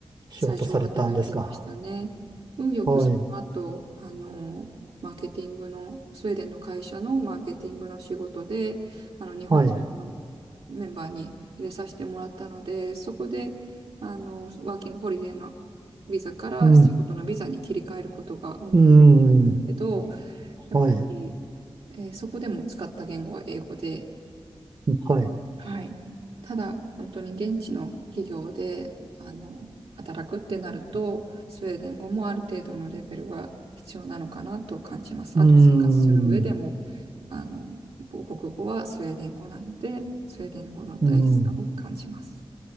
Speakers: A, on the right; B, on the right.
A: 仕事されたんですか
B: 最初は働いてましたね。運よくその後、
A: はい。
B: あの、マーケティングの、スウェーデンの会社のマーケティングの仕事で、あの、日本人の
A: はい。
B: メンバーに入れさせてもらったので、そこで、あの、ワーキングホリデーのビザから仕事のビザに切り替えることが運よくできたんですけど、
A: うん。うーん、
B: やっぱり、
A: はい、
B: えーそこでも使った言語は英語で、
A: はい。う
B: はい。ただ、本当に現地の企業で、あの、働くってなると、スウェーデン語もある程度のレベルは必要なのかなと感じます。
A: ーん、
B: あと、生活する上でも、あの、母国語はスウェーデン語なので、スウェーデン語の大事さを感じます。
A: うん、